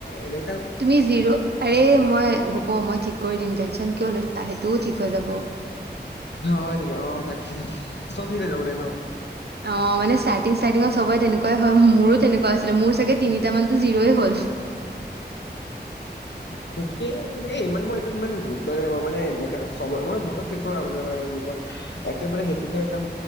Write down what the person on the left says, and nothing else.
এনে
অ হয় নেকি অ থাক থাকি চব ঠিকে যাব নাই ন
থিকেইে ইমান মই সেইটো ইমান গুৰুত্ব নাই মানে এনেকা চব মই গোতক থৈছো মানে আমাৰ গ্ৰুপত একে বাৰে সেইটোকে একদম